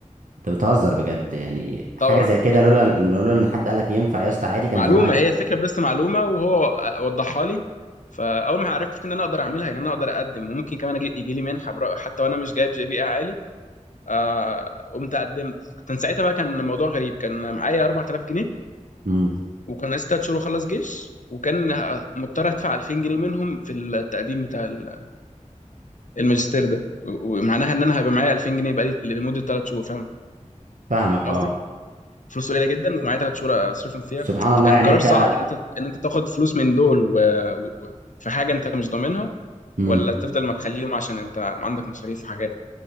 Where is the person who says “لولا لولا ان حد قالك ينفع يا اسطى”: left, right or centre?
Right